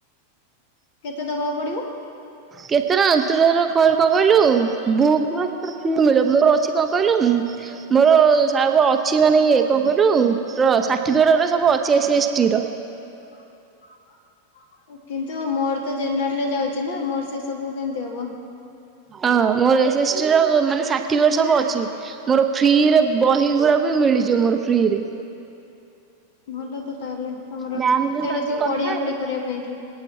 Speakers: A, on the left; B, on the right.
A: କେତେ ଦବାକୁ ପଡିବ?
B: କେତେ ଟଙ୍କା ତୁ ଧର କଣ କହିଲୁ ବୁକ୍ ଗୁରା ସେଥିରେ ଫ୍ରି ମିଳିବ। ମୋର ଅଛି କଣ କହିଲୁ ମୋର ସବୁ ଅଛି ମାନେ ଇଏ କଣ କହିଲୁ ର ସାର୍ଟିଫିକେଟ ରା ସବୁ ଅଛି ଏସି ଏସ୍ ଟି ର।
A: <inaudible> କିନ୍ତୁ ମୋର ତ ଜେନେରାଲରେ ଯାଉଚି ନା, ମୋର ସେ ସବୁ କେମିତି ହବ।
B: ହଁ। ମୋର ଏସି ଏସ୍ ଟି ର ମାନେ ସାର୍ଟିଫିକେଟ ସବୁ ଅଛି। ମୋର ଫ୍ରିରେ ବହି ଗୁରା ବି ମିଳିଯିବ ମୋର ଫ୍ରି ରେ।
A: ଭଲ ତ ତାହେଲେ ତମର।
B: ମ୍ୟାମଙ୍କ ସହିତ
A: ସେଇଟା
B: ଆଜି
A: ସବୁ
B: କଥା
A: ପଢିଆ
B: ହେଲି
A: ପଢି କରିବା ପାଇଁ କି।